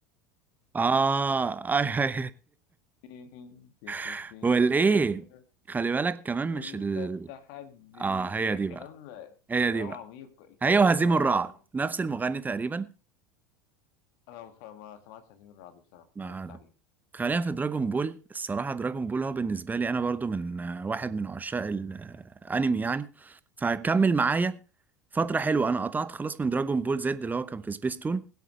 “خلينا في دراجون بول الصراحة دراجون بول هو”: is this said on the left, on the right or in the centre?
Right